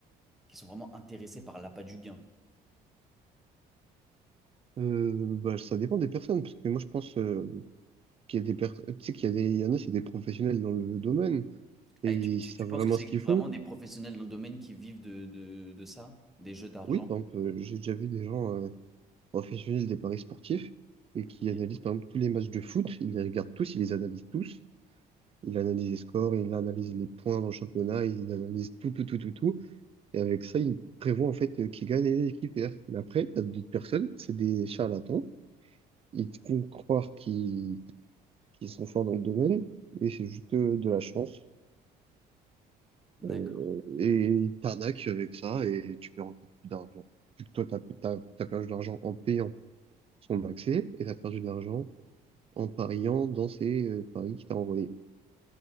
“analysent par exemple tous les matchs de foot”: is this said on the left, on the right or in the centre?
Right